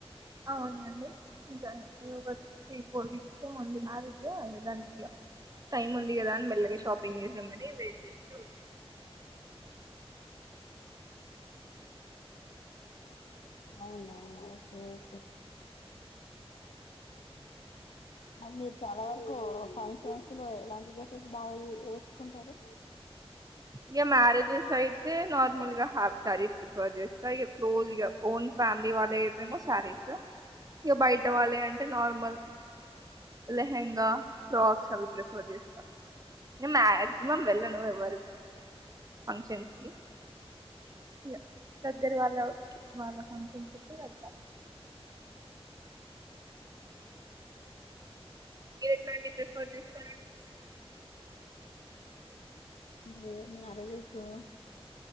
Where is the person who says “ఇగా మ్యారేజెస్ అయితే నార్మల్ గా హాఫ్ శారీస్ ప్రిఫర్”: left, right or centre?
Right